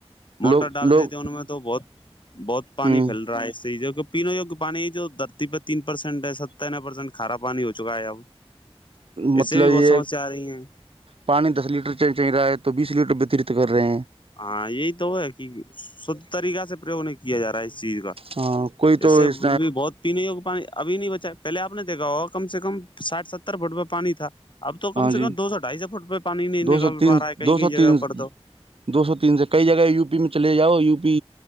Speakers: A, on the left; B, on the right.
A: موٹر
B: لوگ
A: ڈال
B: لوگ
A: دیتے ان میں تو بہت بہت پانی
B: ہ
A: پھیلتا ڈ پیننے یگ پانی جو دھرتی پہ تین پرسینٹ ہے ست ن پرسینٹ کارا پانی ہو چکا ہے اب <inaudible>
B: مطلب
A: اس سے بھی بہت
B: یہ
A: سمسیا آ رہی ہیں
B: پانی دس لیٹر چل رہا ہے تو بیس لیٹر وتریت کر رہے ہیں
A: ہاں یہی تو وہ ہے کہ شھ طریقہ سے پرریوگ نہیں کیا جا رہا اس چیز کا
B: ہاں کوئی تو
A: سے
B: اس
A: بھی بہت پینے پانی ابھی نہیں بچا پہلے آپ نے دیکا ہو کم سے کم ساٹھ ستر فٹ پہ پانی تھا اب تو کم سے
B: جی
A: کم دو سو ڈھائی سو فٹ پہ پانی نہیں
B: دو
A: نکل
B: سو تین
A: پا رہا ہے کہیں
B: دو
A: کیں
B: سو
A: جگہ
B: تین
A: پر تو
B: دو سو تین سے کئی جگہ یو پی میں چلے جاؤ یو پی